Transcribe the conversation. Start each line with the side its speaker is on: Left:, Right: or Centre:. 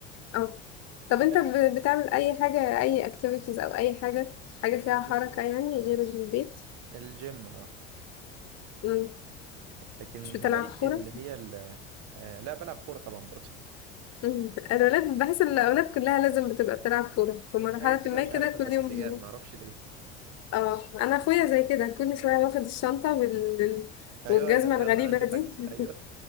Left: اه طب أنت
Right: لا
Left: ب... بتعمل أي حاجة أي activities أو أي حاجة حاجة فيها
Right: لا بص
Left: حركة يعني غير البيت
Right: الجيم اه
Left: مم.
Right: لكن
Left: مش بتلعب
Right: هوايتي
Left: كورة
Right: اللي هي ال- آه، لا بلعب كورة طبعا برضه
Left: مم. الأولاد بحس إن الأولاد كلها لازم بتبقى بتلعب كورة في مرحلة
Right: حاجة كده
Left: ما
Right: مش
Left: كده
Right: عارف من
Left: كل
Right: الأساسيات
Left: يوم
Right: معرفش ليه
Left: اه انا اخويا زي كده كل شويه واخد الشنطه وال...
Right: أيوة
Left: والجزمه
Right: ي- يلا
Left: الغريبه
Right: عندي
Left: دي
Right: حجز
Left: <laughs>
Right: أيوة